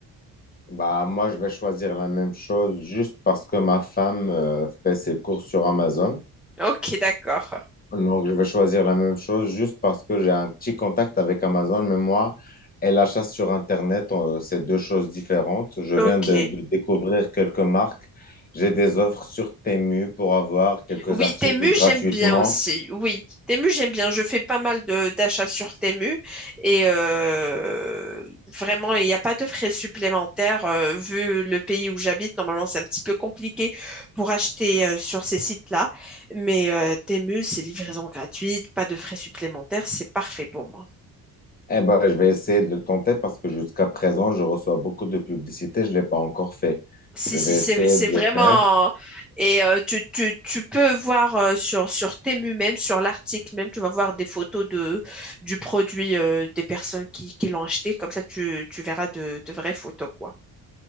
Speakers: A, on the left; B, in the centre.
A: Bah, moi, je vais choisir la même chose juste parce que ma femme euh, fait ses courses sur Amazon.
B: Ok, d'accord.
A: Donc, je vais choisir la même chose juste parce que j'ai un petit contact avec Amazon, mais moi, elle achète sur Internet, euh, c'est deux choses différentes. Je viens
B: Ok.
A: de, de découvrir quelques marques. J'ai des offres sur Temu pour avoir quelques
B: Oui,
A: articles
B: Temu,
A: gratuitement.
B: j'aime bien aussi. Oui, Temu, j'aime bien. Je fais pas mal de d'achats sur Temu et euh, vraiment, il n'y a pas de frais supplémentaires. euh, vu le pays où j'habite, normalement, c'est un petit peu compliqué pour acheter euh, sur ces sites-là. Mais euh, Temu, c'est livraison gratuite, pas de frais supplémentaires. C'est parfait pour moi.
A: Eh ben, je vais essayer de le tenter parce que jusqu'à présent, je reçois beaucoup de publicité. je ne l'ai pas encore fait.
B: Si,
A: Je
B: si,
A: vais
B: c'est,
A: essayer
B: c'est
A: de
B: vraiment.
A: le faire.
B: Et euh, tu, tu, tu peux voir euh, sur, sur Temu même, sur l'article même, tu vas voir des photos de, du produit euh, des personnes qui, qui l'ont acheté. Comme ça, tu, tu verras de, de vraies photos, quoi.